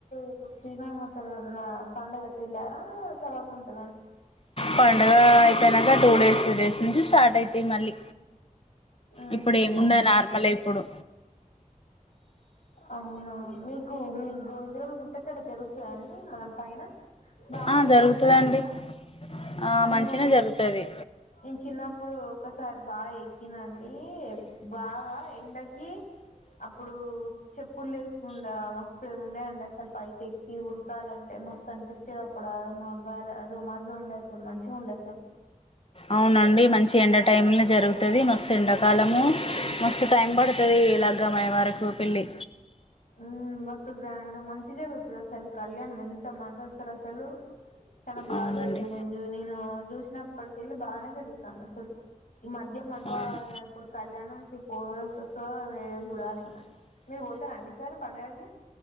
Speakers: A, on the left; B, on the left.
A: ఇప్పుడు శ్రీరామ తెల్లారి నా పండుగ తెళ్లారా? తర్వాత ఉంటయ్
B: పండగ అయిపోయినంక టూ డేస్ త్రీ డేస్ నుంచి స్టార్ట్ అయితాయి మళ్ళీ
A: ఆహా
B: ఇప్పుడేముండదు నార్మలే ఇప్పుడు
A: అవునా మీకు మీగ్గోవిందరాజు గుట్టక్కడ జరుగుతయా అండి మాన్ పైన బాగా
B: ఆ
A: జరుగుతదన్కుంట
B: జరుగుతదండి
A: గదా
B: ఆ
A: నేనూ
B: మంచినే జరుగుతది
A: నేను చిన్నప్పుడు ఒకసారి బాగా ఎక్కిన నఅండి బాగా ఎండకి అప్పుడూ చెప్ చొప్పులు లేకుండా మస్తే ఉండే అండి అసలు పైకి ఎక్కి ఉరకాలంటే మస్తు అనిపించేది అప్పుడు బార అద మాజో ఉండ అసలు మంచిగా ఉండాసలు
B: అవునండి మంచి ఎండ టైం లో జరుగుతుంది మస్తు ఎండాకాలము మస్తు టైం పడుతది ఇలా తగ్గమయ వరకు పెళ్లి
A: మ్మ్ మస్తు గ్రాండ్ మంచి జరుగుతుంది అసలు కళ్యాణ ఎంతమంది వస్తారు అసలు చాలా బాగా
B: అవునండి
A: జరుగుతుంది నేను నేను చూసినప్పటిక వెళ్ళి బాగానే జరుగుతుంది అసలు ఈ మధ్య మద్యం మల్ల
B: అవును
A: ఇప్పుడు కళ్యాణం కి పోల్ చస్త మీ చూడాలి ఇంకా మీరు పోతారా అండి ఈసారి పండగకి